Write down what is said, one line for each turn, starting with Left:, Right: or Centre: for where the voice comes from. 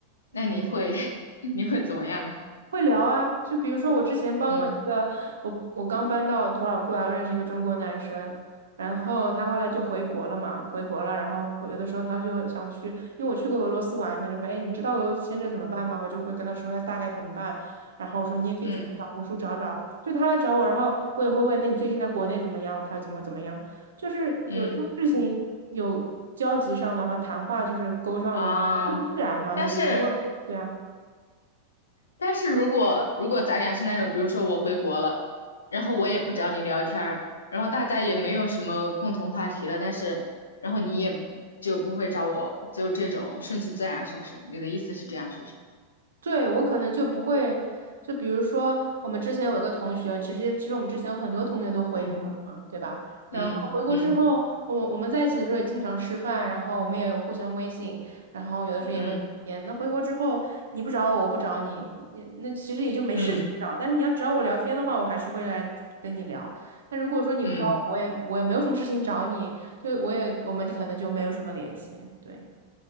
Right: 嗯，
Left: 那你会 <laughs> 你会怎么样呢？
Right: 会聊啊，就比如说我之前帮我一个，
Left: 嗯
Right: 我我刚搬到土耳其来，我认识一个中国男生，然后他后来就回国了嘛，回国了，然后我有的时候他就想去，因为我去过俄罗斯玩，他就会，哎，你知道俄罗斯签证怎么办吗？我就会跟他说他大概怎么办，然后我说你也可以去小红书找找，
Left: 嗯
Right: 就他来找我，然后我也会问，那你最近在国内怎么样？他怎么怎么样？就是有些事情有交集上的话，
Left: 嗯
Right: 谈话就是勾上的话，
Left: 啊，
Right: 那就自然嘛，
Left: 但是
Right: 你不问，对啊。
Left: 但是如果如果咱俩是那种，比如说我回国了，然后我也不找你聊天儿，然后大家也没有什么共同话题了，但是然后你也就不会找我，就这种顺其自然，是不是？你的意思是这样，是不是？
Right: 对，我可能就不会，就比如说我们之前有一个同学，其实其实我们之前有很多同学都回国了嘛，
Left: 嗯
Right: 对吧？然后回国之后，
Left: 嗯嗯。
Right: 我们我们在一起的时候也经常吃饭，然后我们也有互相微信，然后有的时候也会聊天。
Left: 嗯
Right: 那回国之后，你不找我，我不找你，也那其实也就没事情找。
Left: 嗯
Right: 但是你要找我聊天的话，我还是会来跟你聊。但如果说你不找我，
Left: 嗯，
Right: 我也我也没有什么事情找你，就我也我们可能就没有什么联系，对。